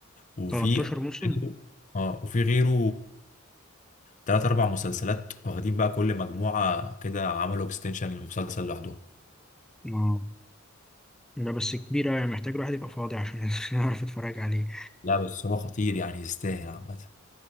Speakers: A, on the left (about 40°); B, in the centre.
A: وفي
B: 13 موسم
A: اه وفي غيره تلات أربع مسلسلات واخدين بقى كل مجموعة كده عملوا اكستنشن للمسلسل لوحدهم
B: اه لا بس كبيره يعني محتاج الواحد يبقى فاضي عشان <laughs> يعرف يتفرج عليه
A: لا بس هو خطير يعني يستاهل عامة